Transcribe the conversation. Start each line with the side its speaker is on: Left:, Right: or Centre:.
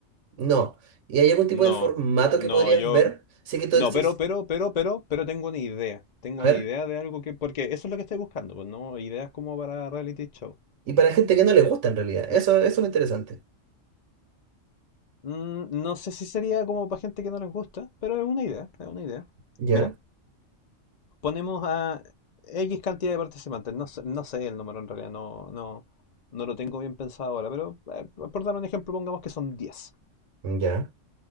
Right: No. ¿Y hay algún tipo
Left: no,
Right: de formato
Left: no,
Right: que podrías
Left: yo...
Right: ver? Sí que tú-
Left: No,
Right: sí,
Left: pero,
Right: sí.
Left: pero, pero, pero, pero tengo una idea. Tengo
Right: a ver.
Left: una idea de algo que... Porque eso es lo que estoy buscando, pues no ideas como para reality show.
Right: Y para gente que no le gusta en realidad. Eso, eso es lo interesante.
Left: Mm, no sé si sería como para gente que no les gusta, pero es una idea, es una idea.
Right: Ya,
Left: Mira, ponemos a X cantidad de participantes, no sé, no sé el número en realidad, no, no, no lo tengo bien pensado ahora, pero eh, por dar un ejemplo, pongamos que son diez
Right: ya,